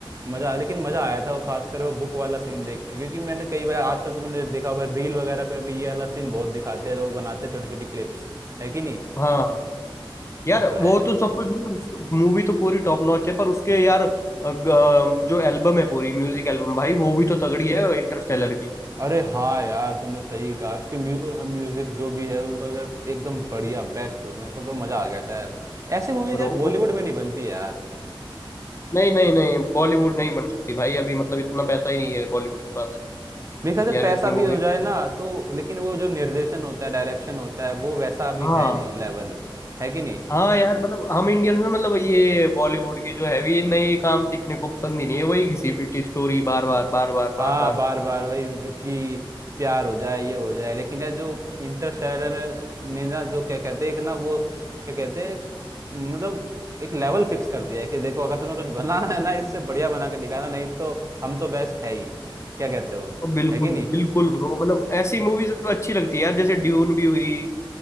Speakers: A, on the right; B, on the left.
A: मजा लेकिन मजा आया था वो खासकर वो बुक वाला सीन देख के क्योंकि मैंने कई बार आजकल तुमने देखा होगा रील वगैरह पर भी ये वाला सीन बहुत दिखाते हैं लोग बनाते हैं छोटी छोटी क्लिप्स है कि नहीं
B: हाँ यार
A: ये तो है
B: वो तो सब कुछ मतलब मूवी तो पूरी टॉप नॉच है पर उसके यार अग- जो एल्बम है पूरी म्यूजिक एल्बम भाई वो भी तो तगड़ी है इंटरस्टेलर की
A: अरे हाँ यार तुमने सही कहा उसकी म्यू, म्यूजिक जो भी है उनका यार एकदम बढ़िया बेस्ट मेरे को तो मजा आ गया था यार ऐसी मूवीज
B: ब्रो
A: यार बॉलीवुड
B: वो
A: में नहीं बनती यार
B: नहीं नहीं नहीं बॉलीवुड नहीं बन सकती भाई अभी मतलब इतना पैसा ही नहीं है बॉलीवुड के पास
A: मेरे ख्याल से
B: यार
A: पैसा
B: इतनी
A: भी
B: मूवी
A: हो जाए ना तो लेकिन वो जो निर्देशन होता है डायरेक्शन होता है वो वैसा अभी
B: हाँ
A: है नहीं लेवल है कि नहीं
B: हाँ यार मतलब हम इंडियंस ना मतलब ये बॉलीवुड के जो है ये नए काम सीखने को पसंद ही नहीं है वही घिसी पिटी स्टोरी बार बार बार बार बार
A: हाँ
B: बार
A: बार बार वही क्योंकि प्यार हो जाए ये हो जाए लेकिन यार जो इंटरस्टेलर ने ना जो क्या कहते हैं एक ना वो क्या कहते हैं एक स्ट- मतलब एक लेवल फिक्स कर दिया है कि देखो अगर तुम्हें कुछ बनाना है ना इससे बढ़िया बना के दिखाना नहीं तो हम तो बेस्ट है ही क्या कहते हो
B: और बिल्कुल
A: है कि नहीं
B: बिल्कुल ब्रो मतलब ऐसी मूवीज अच्छी लगती है यार जैसे ड्यून भी हुई